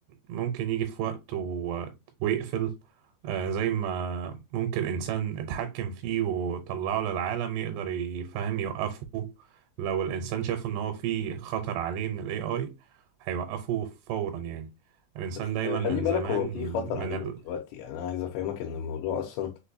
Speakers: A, on the right (about 80°); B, on the left (about 85°).
A: ممكن يجي في وقت و... ويقفل آه، زي ما ممكن إنسان اتحكم فيه وطلعه للعالم يقدر يفهم يوقفه لو الإنسان شاف إن هو في خطر عليه من ال AI هيوقفه فورا يعني الإنسان
B: بس
A: دايما من
B: خلي بالك
A: زمان
B: هو في
A: من
B: خطر
A: من
B: عليه
A: ال...
B: من دلوقتي يعني انا عايز افهمك ان الموضوع اصلا